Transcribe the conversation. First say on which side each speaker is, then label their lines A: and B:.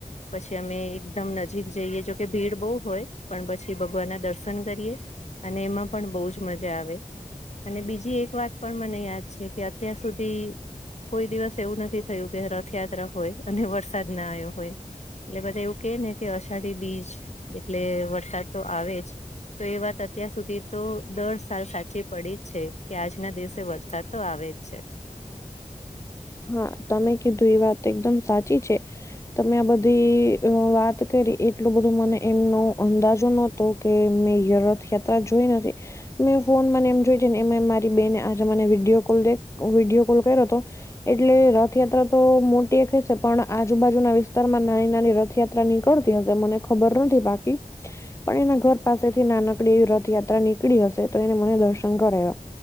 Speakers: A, on the left; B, on the left.
A: પછી અમે એકદમ નજીક જઈએ. જોકે ભીડ બહુ હોય, પણ પછી ભગવાનનાં દર્શન કરીએ. અને એમાં પણ બહુ જ મજા આવે. અને બીજી એક વાત પણ મને યાદ છે કે અત્યાર સુધી કોઈ દિવસ એવું નથી થયું કે રથયાત્રા હોય અને વરસાદ ન આવ્યો હોય. એટલે બધા એવું કે ને અષાઢી બીજ એટલે વરસાદ તો આવે જ, તો એ વાત અત્યાર સુધી તો દર સાલ સાચી પડી જ છે કે આજના દિવસે વરસાદ તો આવે જ છે.
B: હા -તમે કીધું એ વાત એકદમ સાચી છે. તમે આ બધી વાત કરી એટલું બધું મને એમનો અંદાજો નો તો કે મેં રથયાત્રા જોઈ નથી. મેં ફોન મને એમ જોય જોય ને એ મારી બેને આજે મને વિડીયો કોલે દેખ વિડીયો કોલ કર્યો હતો. એટલે રથયાત્રા તો મોટી એક જ છે પણ આજુબાજુના વિસ્તારમાં નાની નાની રથયાત્રા યાત્રા નીકળતી હશે મને ખબર નથી બાકી પણ એના ઘર પાસેથી નાનકડી એવી રથયાત્રા નીકળી હશે તો એણે મને દર્શન કરાવ્યા